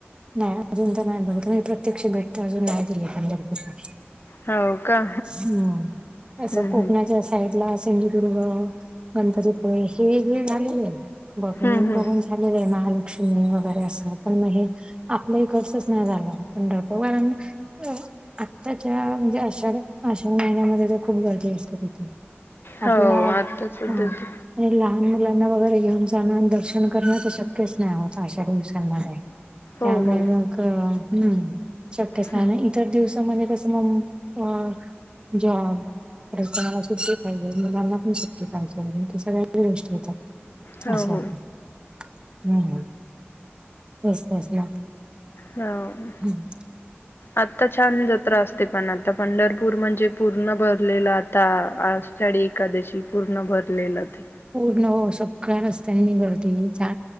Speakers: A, on the right (about 20°); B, on the left (about 55°).
A: नाही अजून त नाही. बघी प्रत्यक्ष भेट अजून नाही दिली पंढरपूरला.
B: हो का
A: हम्म. तस
B: हम्म
A: कोकणाच्या
B: हम्म.
A: साईड ला सिंधुदुर्ग, गणपतीपुळे हे जे झालेलेय बघ
B: हम्म हम्म
A: बघून. झालेलं आहे. महालक्ष्मी वगैरे असं पण मग हे. आपल्या इकडचच नाही झालं. पंढरपूर कारण आत्ताच्या. म्हणजे आषाढ. आषाढ महिन्यामध्ये तर खूप गर्दी असते तिथे.
B: हो
A: अपला.
B: आता सध्या
A: हम्म.
B: ते
A: आणि लहान मुलांना वगैरे घेऊन जाणं. दर्शन करणं. तर शक्यच नाही. आतां अशा दिवसांमध्ये.
B: हो
A: त्यामुळे
B: हो
A: मग. हम्म शक्यच नाही
B: हम्म.
A: ना. त दिवसामध्ये कसं मग जॉब. परत मला सुट्टी पाहिजे. मुलांना पण सुटी पाहिजे. सगळ्या गोष्टी येतात.
B: हो
A: असं
B: हो
A: होत. हम्म तेच त ना.
B: हो.
A: हम्म.
B: आत्ता छान जत्रा असते पण. आता. आता पंढरपूर म्हणजे पूर्ण भरलेलं. आता आषाढी एखादशी पूर्ण भरलेलं ते.
A: पूर्ण. हो सगळ्या रस्त्यां गर्दी. जा